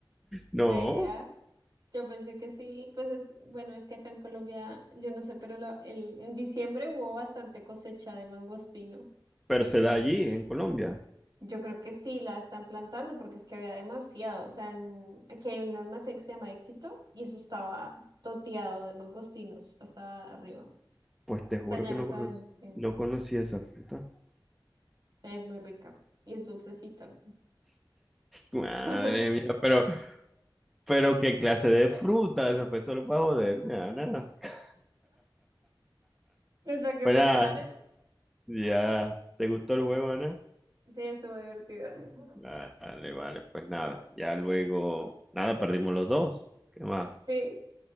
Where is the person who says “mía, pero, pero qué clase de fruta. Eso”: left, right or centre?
Centre